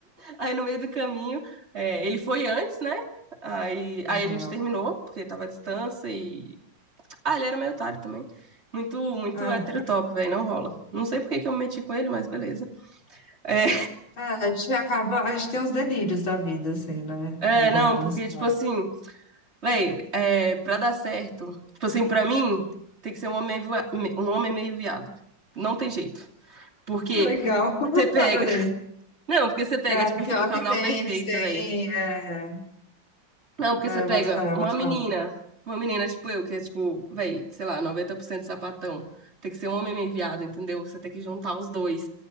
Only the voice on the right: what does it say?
aí no meio do caminho, é, ele foi antes, né? Aí,
aí a gente terminou, porque tava à distância e. Ah, ele era meio otário também. Muito, muito
heterotop, velho, não rola. Não sei por que que eu me meti com ele, mas beleza. É,
<laughs> é,
não, porque,
tipo
assim, velho, é, pra dar certo, tipo assim, pra mim, tem que ser um homem meio, via- um homem meio viado. Não tem jeito. Porque
você pega.
Não, porque você pega,
tipo
assim, o casal
perfeito,
velho.
Não, porque
você pega
uma
menina,
uma menina tipo eu, que é tipo, velho, sei lá, 90% sapatão. Tem que ser um homem meio viado, entendeu? Você tem que juntar os dois.